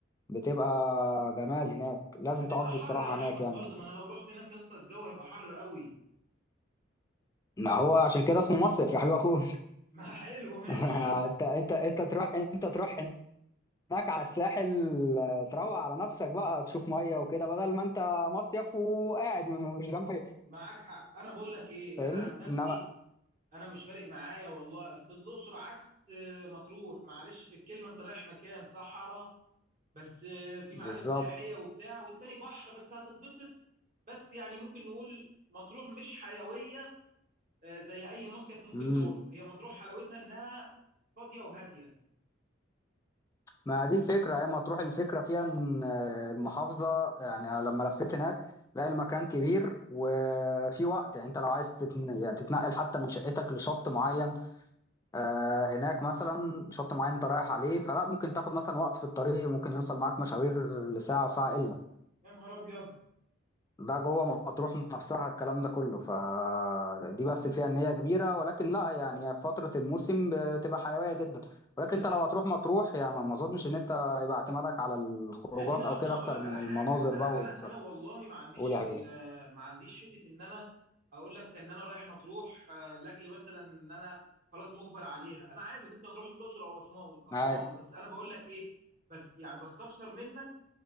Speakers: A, on the left (about 15°); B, on the right (about 45°).
A: بتبقى جمال هناك لازم
B: هتبقى
A: تقضي
B: حر
A: الصراحة
B: يا
A: هناك
B: احمد
A: يعني
B: برضو ما انا لو رحت هناك يا اسطى الجو هيبقى حر قوي
A: ما هو عشان كده اسمه مصيف يا حبيب أخوك
B: <laughs> ما حلو ماشي
A: <laughs> انت انت انت تروح انت تروح هناك على الساحل آه، تروق على نفسك بقى تشوف ميه وكده بدل ما انت مصيف وقاعد م- مش جنب
B: معاك حق انا بقول لك ايه
A: فاهمني
B: انا عن نفسي
A: انما
B: انا مش فارق معايا والله اصل الاقصر عكس آه، مطروح معلش في الكلمه انت رايح مكان صحراء بس آه، في
A: بالظبط
B: معالم سياحيه وبتاع والتاني بحر بس هتتبسط بس يعني ممكن نقول مطروح مش حيويه آه، زي اي مصيف ممكن
A: امم
B: تروح هي مطروح حلاوتها انها فاضيه وهاديه
A: ما دي الفكره يا ما تروح الفكره فيها ان آه، المحافظه يعني أنا لما لفيت هناك لا المكان كبير وفي وقت يعني انت لو عايز تتن... يعني تتنقل حتى من شقتك لشط معين آه، هناك مثلا شط معين انت رايح عليه فلا ممكن تاخد مثلا وقت في الطريق ممكن يوصل معاك مشاوير لساعه وساعه الا
B: يا نهار ابيض
A: ده جوه مطروح نفسها الكلام ده كله فدي بس الفئة ان هي كبيرة ولكن لا يعني هي في فترة الموسم بتبقى حيوية جدا ولكن
B: ده
A: انت
B: انت
A: لو هتروح مطروح يعني ما ما اظنش ان انت يبقى اعتمادك على الخروجات
B: خليني اصلا
A: او كده اكتر
B: اقول لك
A: من
B: على حاجه
A: المناظر
B: انا
A: بقى والسب-
B: انا انا والله ما عنديش
A: قول
B: ال-
A: يا حبيبي
B: ما عنديش حته ان انا اقول لك ان انا رايح مطروح آه، لاجل مثلا ان انا خلاص مجبر عليها انا عادي ممكن اروح الاقصر او اسوان اسوان
A: هاي
B: بس انا بقول لك ايه بس يعني بستفسر منك